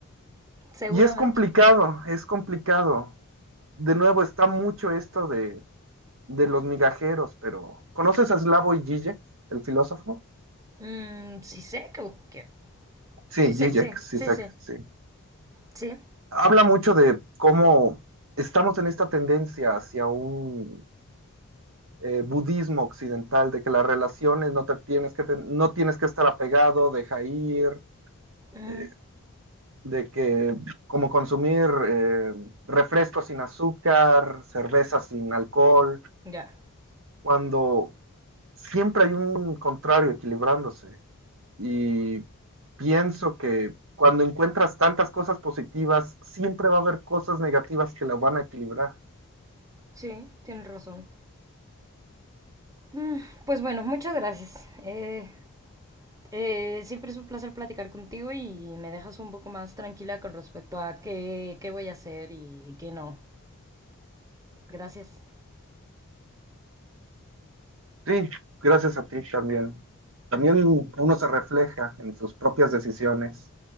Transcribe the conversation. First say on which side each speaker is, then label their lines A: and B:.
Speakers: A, on the right (about 15°); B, on the right (about 60°).
A: Seguramente.
B: Y es complicado, es complicado. De nuevo, está mucho esto de, de los migajeros, pero ¿conoces a Slavoj Žižek, el filósofo?
A: Mm, sí sé que quién.
B: Sí,
A: Sí sé,
B: Žižek,
A: sí,
B: sí,
A: sí, sí.
B: sí.
A: Sí.
B: Habla mucho de cómo estamos en esta tendencia hacia un eh, budismo occidental, de que las relaciones no, te tienes, que te- no tienes que estar apegado, deja ir,
A: Ujú,
B: eh, de que como consumir eh, refrescos sin azúcar, cerveza sin alcohol,
A: Ya.
B: cuando siempre hay un contrario equilibrándose. Y pienso que cuando encuentras tantas cosas positivas, siempre va a haber cosas negativas que las van a equilibrar.
A: Sí, tienes razón. Mm, Pues bueno, muchas gracias. Eh, Eh, siempre es un placer platicar contigo y me dejas un poco más tranquila con respecto a qué, qué voy a hacer y qué no. Gracias.
B: Sí, gracias a ti también. También uno se refleja en sus propias decisiones.